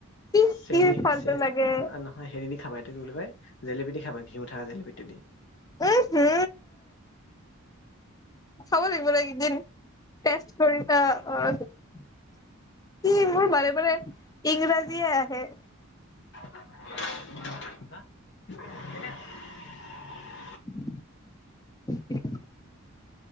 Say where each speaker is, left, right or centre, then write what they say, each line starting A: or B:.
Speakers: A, on the left; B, on the left.
A: কি
B: চেনি
A: কি ফাল্টু
B: চে
A: লাগে
B: নহয় হেৰি দি খাব এ কি বুলি কয় জেলেপী দি খাবা ঘিউ উথা জেলেপিটো দি।
A: উম হু। চাব লাগিব একদিন ষ্টেচ কৰি <unintelligible> সি মোৰ বাৰে বাৰে ইংৰাজীয়ে আহে।
B: হ <unintelligible>
A: <inaudible>